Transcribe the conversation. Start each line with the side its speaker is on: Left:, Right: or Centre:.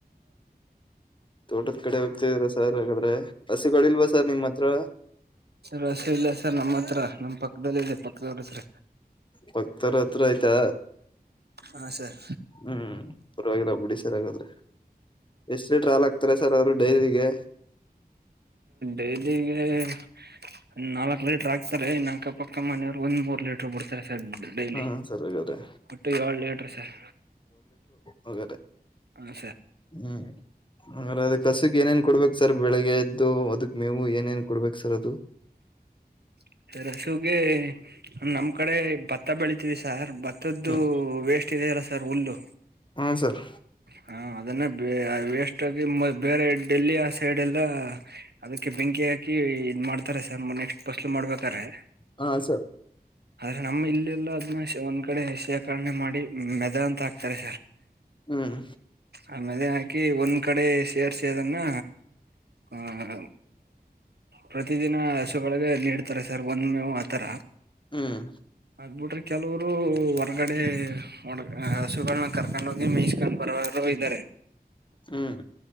Left: ತೋಟದ ಕಡೆ ಹೋಗ್ತಿದೀರ ಸರ್ ಹಾಗಾದ್ರೆ ಹಸುಗಳಿಲ್ವಾ ಸರ್ ನಿಮ್ಮ್ ಹತ್ರ.
Right: ರಸ ಇಲ್ಲ ಸರ್ ನಮ್ಮ ಹತ್ರ ನಮ್ಮ್ ಪಕ್ಕದಲ್ಲಿ ಇಲ್ಲ ಪಕ್ಕದವ್ರ ಹತ್ರ.
Left: ಪಕ್ದವ್ರು ಹತ್ರ ಆಯ್ತಾ
Right: ಹಾ ಸರ್
Left: ಹ್ಮ್ ಪರ್ವಾಗಿಲ್ಲ ಬಿುಡಿ ಸರ್ ಹಾಗಾದ್ರೆ ಎಷ್ಟಲಿಟ್ರಲ್ ಆಗ್ತಾರ ಸರ್ ಅವರು ಡೈರಿಗೆ.
Right: ಡೈಲಿಗೆ <inaudible> ನಾಲ್ಕ್ ಲೀಟರ್ ಆಕ್ತಾರೆ ಇನ್ ಅಕ್ಕ ಪಕ್ಕ ಮನೆಯವರು ಒಂದ್ ಮೂರ್ ಲೀಟರ್ ಬುಡ್ತಾರೆ. ಸರ್ ಡೈಲಿ
Left: ಹಾ ಸರ್ ಹಾಗಾದ್ರೆ
Right: ಒಟ್ಟು ಏಳ್ ಲಟ್ರ ಸರ್.
Left: ಮಗದೆ
Right: ಹ
Left: ಹ್ಮ್ ಅ್ರೆ ಅದ ಕಸುಗ್ ಏನೇನ್ ಕೊಡ್ಬೇಕು ಸರ್ ಬೆಳಿಗ್ಗೆ ಎದ್ದು ಅದಕ್ ಮೇವು ಏನೇನ್ ಕೊಡ್ಬೇಕಕ್ ಸರ್ ಅದು
Right: ಸರ್ ಹಸುಗೆ ನಮ್ ಕಡೆ ಭತ್ತ ಬೆಳಿತವಿ ಸಾರ್ ಮದ್ದು
Left: ಹ್ಮ್
Right: ವೇಸ್ಟ್ ಇದೆಯಲ್ಲ ಸರ್ ಹುಲ್ಲು
Left: ಹಾ ಸರ್
Right: ಹಾ ಅದನ್ನ ಬೆ ವೆಸ್ಟ್ ಆಗಿ ಬೇರೆ ಡೆಲ್ಲಿ ಆ ಸೈಡ್ ಎಲ್ಲ ಅದಕ್ಕೆ ಕ ಬೆಂಕಿ ಹಾಕಿ ಇದ್ ಮಾಡ್ತಾರೆ ಸರ್ ನೆಕ್ಸ್ಟ್ ಬಫಸ್ಲು ಮಾಡ್ಬೇಕಾರೆ
Left: ಹಾ ಸರ್
Right: ಆದ್ರೆ ನಮ್ಮ ಇಲ್ಲೆಲ್ಲ ಅದನ್ನ ಒಂದ್ ಕಡೆ ಸೇಕರಣೆ ಮಾಡಿ ಮೆದ ಅಂತ ಹಾಕ್ತಾರೆ
Left: ಹ್ಮ್
Right: ಆಮೇಲೆ ಹಾಕಿ ಒಂದ್ ಕಡೆ ಸೇರಿಸಿದನ್ನ ಆಹ ಪ್ರತಿದಿನ ಹಸುಗಳಗ ನೀಡ್ತಾರೆ ಸರ್ ಒಂದ್ ಮೇವು ಆತರ
Left: ಹ್ಮ್
Right: ಬಿಟ್ರೆ ಕೆಲವರು ಹೊರ್ಗಡೆ ಒಣ ಹಸುಗಳನ್ನ ಕರ್ಕೊಂಡ್ ಹೋಗಿ ಮೇಯಿಸಸ್ಕೊಂಡ್ ಬರೋವರು ಇದ್ದಾರೆ
Left: ಹ್ಮ್